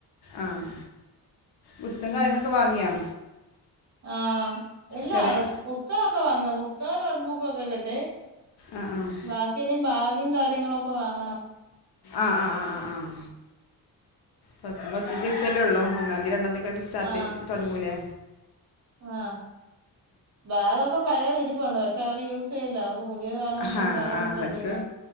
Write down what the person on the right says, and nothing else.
ഉം
ആഹ് എല്ലാ
പുസ്തകമൊക്കെ വന്ന് പുസ്തകം നോട്ട്ബുക്കൊക്കെ കിട്ടി.
ബാക്കിയിന് ബാഗും കാര്യങ്ങളൊക്കെ വാങ്ങണം.
ആഹ്
ആഹ് ബാഗൊക്കെ പഴയതിരുപ്പുണ്ട് പക്ഷെ അവര് യൂസ്യ്ല്ല അവർക്ക് പുതിയത് വേണോന്ന്
പറഞ്ഞ് ബഹളം
വെച്ചോണ്ടിരിക്കുവാ